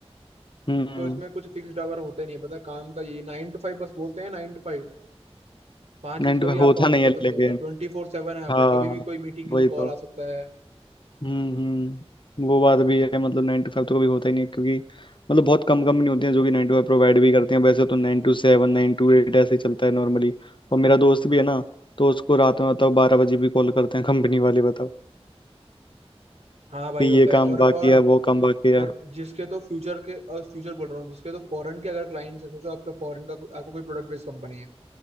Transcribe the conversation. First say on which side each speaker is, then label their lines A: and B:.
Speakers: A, on the left; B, on the right.
A: हम्म
B: तो इसमें कुछ फिक्स्ड आवर होते नहीं है पता है, काम का ये नाइन टू फाइव बस बोलते हैं नाइन टू फाइव पाँच
A: नहीं
B: बजे कभी
A: तो होता
B: आपका ऑफिस
A: नहीं है
B: खत्म नहीं
A: लेकिन
B: होता ट्वेंटी फोर सेवन है आपका
A: हाँ
B: कभी भी कोई मीटिंग के
A: वही
B: लिए कॉल
A: तो
B: आ सकता है
A: हम्म हम्म वो बात भी है मतलब नाइन टू फाइव तो कभी होता ही नहीं है क्योंकि मतलब बहुत कम कंपनी होती है जो कि नाइन टू फाइव प्रोवाइड भी करती हैं वैसे तो नाइन टू सेवन नाइन टू एट ऐसे ही चलता है नॉर्मली और मेरा
B: हम्म
A: दोस्त भी है ना तो उसको रात में बताओ बारह बजे भी कॉल करते हैं कंपनी वाले बताओ
B: हाँ भाई
A: कि
B: होता
A: ये
B: है
A: काम
B: और
A: बाकी
B: और
A: है वो काम बाकी
B: और
A: है
B: जिसके तो फ्यूचर के और फ्यूचर बोल रहा हूँ जिसके तो फॉरेन के अगर क्लाइंट्स है सोचो आपका फॉरेन का आपको कोई प्रोडक्ट बेस्ड कंपनी है